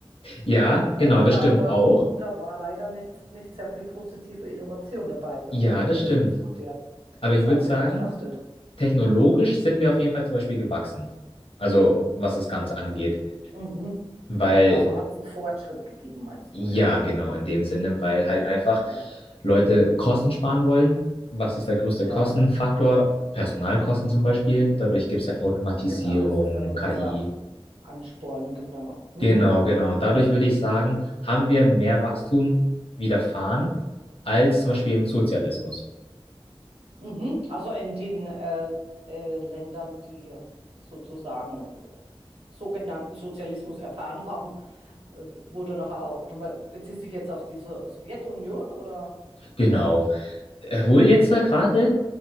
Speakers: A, on the left (about 70°); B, on the right (about 80°).
A: Ja,
B: <laughs>
A: genau, das
B: da
A: stimmt
B: war,
A: auch.
B: da war leider nicht, nicht sehr viel positive Innovation dabei, wenn-
A: Ja,
B: falls
A: das
B: man
A: stimmt.
B: das jetzt von der
A: Aber
B: Seite
A: ich würde sagen,
B: betrachtet.
A: technologisch sind wir auf jeden Fall zum Beispiel gewachsen. Also was das Ganze angeht.
B: Mhm.
A: Weil
B: Also hat es einen Fortschritt gegeben, meinst
A: Ja,
B: du, ja.
A: genau,
B: Mhm.
A: in dem Sinne,
B: Mhm.
A: weil
B: Ah,
A: halt einfach
B: Ja,
A: Leute Kosten sparen wollen. Was ist der größte
B: ja,
A: Kostenfaktor? Personalkosten zum Beispiel. Dadurch gibt es halt Automatisierung,
B: genau. Das ist dann immer
A: KI.
B: dieser Ansporn, genau. Mhm.
A: Genau, genau. Und dadurch würde ich sagen, haben wir mehr Wachstum widerfahren als zum Beispiel im Sozialismus.
B: Mhm. Also in den äh, äh, Ländern, die sozusagen sogenannten Sozialismus erfahren haben, äh, wo dann auch, au- du me- beziehst dich jetzt auf die so Sowjetunion oder?
A: Genau, Obwohl
B: Mhm.
A: jetzt da gerade,